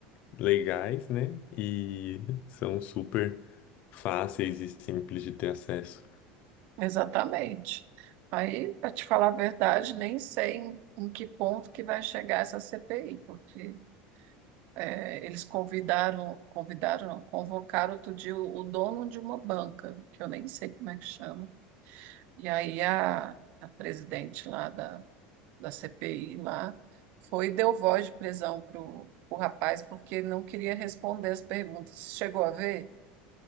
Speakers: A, on the left; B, on the right.
A: legais, né? E são super fáceis e simples de ter acesso.
B: Exatamente. Aí, para te falar a verdade, nem sei em, em que ponto que vai chegar essa CPI, porque é, eles convidaram, convidaram, não, convocaram outro dia o, o dono de uma banca, que eu nem sei como é que chama. E aí a, a presidente lá da da CPI lá, foi e deu voz de prisão pro, pro rapaz porque ele não queria responder as perguntas. Você Chegou a ver?